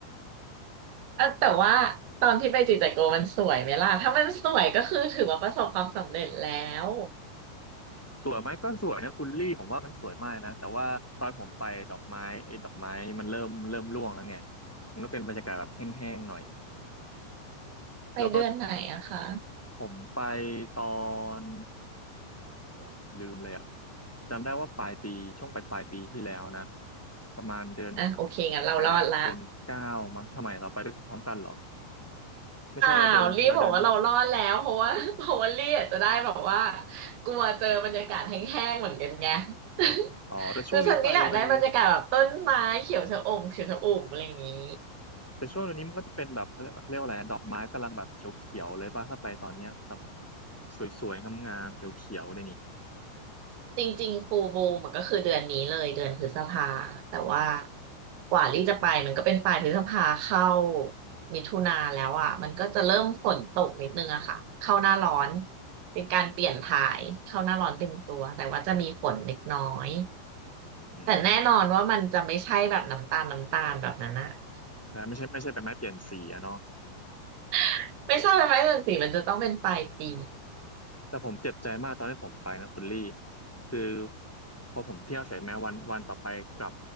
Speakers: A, on the right; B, in the centre.
A: เออแต่ว่าตอนที่ไปจิจักโกมันสวยไหมล่ะถ้ามันสวยก็คือถือว่าประสบความสำเร็จแล้ว
B: สวยไหมก็สวยนะคุณลี่ผมว่ามันสวยมากนะแต่ว่าตอนผมไปดอกไม้ไอ้ดอกไม้มันเริ่มเริ่มร่วงแล้วไงมันก็เป็นบรรยากาศแบบแห้งๆหน่อย
A: ไปเดือนไหนอะคะ
B: แล้วก็ผมไปตอนโอ้ลืมเลยอ่ะจำได้ว่าปลายปีช่วงปลายปลายปีที่แล้วนะประมาณเดือน
A: อ่ะโอเคงั้นเรารอดละ
B: แปดเดือนเก้ามั้งทำไมเราไปด้วยกันพร้อมกันเหรอไม่ใช่เราเดินเราเดินแล้ว
A: เปล่ารีบบอกว่าเรารอดแล้วเพราะว่า <laughs> เพราะว่ารีอาจจะได้แบบว่ากลัวเจอบรรยากาศแห้งๆเหมือนกันไง <laughs>
B: อ๋อแต่ช่วงนี้ไปมัน
A: คือฉันก็อยากได้บรรยากาศแบบต้นไม้เขียวชะอมเขียวชะอุ่มอะไรอย่างนี้
B: แต่ช่วงนี้มันก็จะเป็นแบบเขาเรียกเขาเรียกว่าอะไรดอกไม้กำลังแบบเขียวๆเลยป่ะถ้าไปตอนเนี้ยแบบสวยๆงามๆเขียวๆเลยนี่
A: จริงๆฟูลมูนมันก็คือเดือนนี้เลยเดือนพฤษภาแต่ว่ากว่าลี่จะไปมันก็เป็นปลายพฤษภาเข้ามิถุนาแล้วอ่ะมันก็จะเริ่มฝนตกนิดนึงอะค่ะเข้าหน้าร้อนเป็นการเปลี่ยนถ่ายเข้าหน้าร้อนเต็มตัวแต่ว่าจะมีฝนเล็กน้อย
B: อืม
A: แต่แน่นอนว่ามันจะไม่ใช่แบบน้ำตาลน้ำตาลแบบนั้นอะ
B: ใช่ไม่ใช่ไม่ใช่เป็นไม้เปลี่ยนสีอะเนาะ
A: <laughs> ไม่ใช่ไม้ไม้เรือนสีมันจะต้องเป็นปลายปี
B: แต่ผมเจ็บใจมากตอนที่ผมไปนะคุณลี่คือพอผมเที่ยวเสร็จแม้วันวันต่อไปกลับ